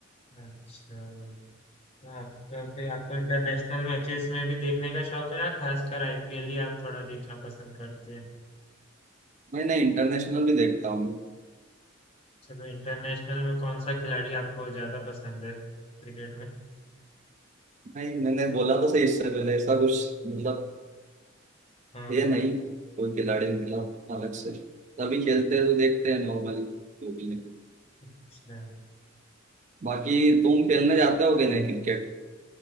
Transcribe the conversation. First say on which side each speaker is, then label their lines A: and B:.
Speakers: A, on the left (about 30°); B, on the right (about 35°).
A: अच्छा तो आपका फिर आपको इंटरनेशनल मैचेस में भी देखने का शौक है या खासकर आईपीएल ही आप थोड़ा देखना पसंद करते हैं
B: मैं ना इंटरनेशनल भी देखता हूँ
A: अच्छा तो इंटरनेशनल में कौन सा खिलाड़ी आपको ज़्यादा पसंद है क्रिकेट में?
B: नहीं मैंने बोला तो सही इससे पहले ऐसा कुछ मतलब
A: हाँ
B: है
A: हाँ
B: नहीं कोई खिलाड़ी मतलब अलग से तभी खेलते हैं तो देखते हैं नॉर्मली जो भी है
A: अच्छा
B: बाकी तुम खेलने जाते होगे नहीं क्रिकेट